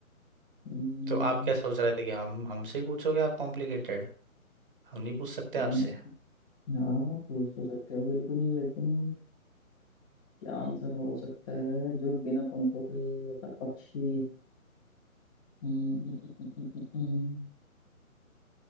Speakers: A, on the left (about 25°); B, on the right (about 40°).
A: अम्म,
B: तो आप क्या सोच रहे थे कि हम हमसे ही पूछोगे आप कॉम्प्लिकेटेड हम नहीं पूछ सकते
A: अम्म,
B: आपसे
A: हाँ पूछ तो सकते हो बिल्कुल लेकिन क्या आंसर हो सकता है जो बिना पंखों के ऐसा पक्षी अम्म, अम्म, अम्म, अम्म, अम्म,